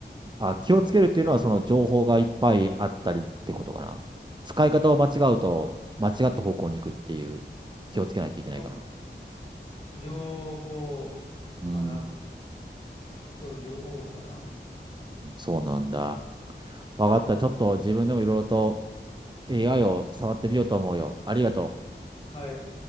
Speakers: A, on the right; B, on the left.
A: あ、気をつけるっていうのはその情報がいっぱいあったりってことかな。使い方を間違うと間違った方向に行くっていう気をつけないといけないかな。
B: そう両方かなっていう。
A: うん、
B: そう、両方かな。
A: そうなんだ。わかった。ちょっと自分でもいろいろと AI を触ってみようと思うよ。ありがとう。
B: はい。